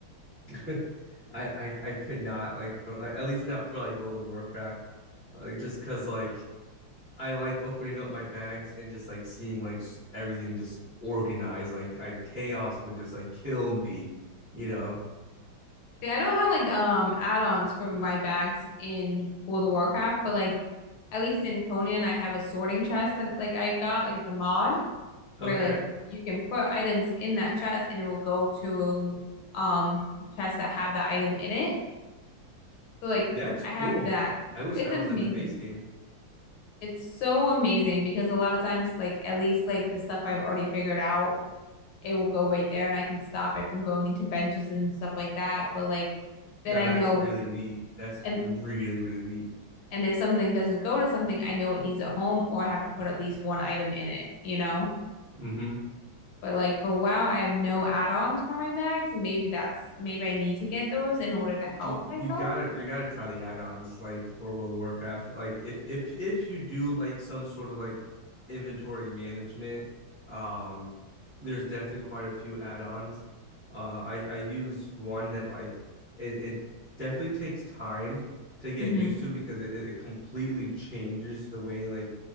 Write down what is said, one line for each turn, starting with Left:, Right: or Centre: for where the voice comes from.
Right: <laughs> I, I I could not like for like, at least not for like World of Warcraft like just cause like I like opening up my bags and just like seeing like everything just organized like I chaos would just like kill me you know
Left: See, I don't have like um add-ons for my bags in World of Warcraft, but like at least in Conan I have a sorting chest that like I got, like it's a mod where
Right: okay
Left: like you can put items in that chest and it will go to um chests that have that item in it. So like
Right: that's cool
Left: I have that.
Right: I wish
Left: It's
Right: that was
Left: amazing.
Right: in the base game
Left: It's so amazing because a lot of times like at least like the stuff I've already figured out, it will go right there and I can stop it from going into benches and stuff like that. But like then
Right: now
Left: I
Right: that's
Left: know
Right: really neat that's
Left: and
Right: really really neat
Left: And if something doesn't go to something, I know it needs at home or I have to put at least one item in it, you know?
Right: mm-hmm
Left: But like for WoW, I have no add-ons for my bags, and maybe that's maybe I need to get those in order to help
Right: you
Left: myself.
Right: you gotta you gotta try the add-ons like for World of Warcraft. Like if if if you do like some sort of like inventory management, um, there's definitely quite a few add-ons. Uh, I I use one that like it it definitely takes time to get
Left: hmm
Right: used to because it, it completely changes the way like